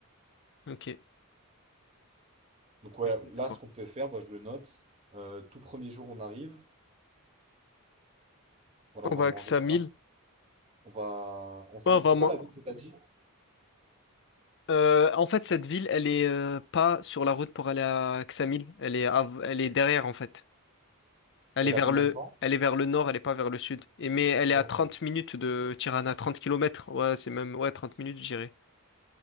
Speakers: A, on the left (about 55°); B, on the right (about 30°).
A: Ok.
B: Donc ouais,
A: Ok, je
B: là,
A: vois.
B: ce qu'on peut faire, bah, je le note. Euh, tout premier jour, on arrive. Voilà,
A: On
B: on va
A: va
B: manger,
A: à Ksamil.
B: etc. On va... On s'arrête.
A: Ah, on
B: C'est quoi
A: va,
B: la ville que t'as dit?
A: Euh, en fait, cette ville, elle est euh, pas sur la route pour aller à Ksamil. Elle est, av- elle est derrière, en fait. Elle
B: Elle
A: est vers
B: a combien
A: le,
B: de temps?
A: elle est vers le nord, elle est pas vers le sud. Et mais elle
B: Ah,
A: est à
B: ok.
A: trente minutes de Tirana, 30 kilomètres. Ouais, c'est même, ouais, 30 minutes, j'irai.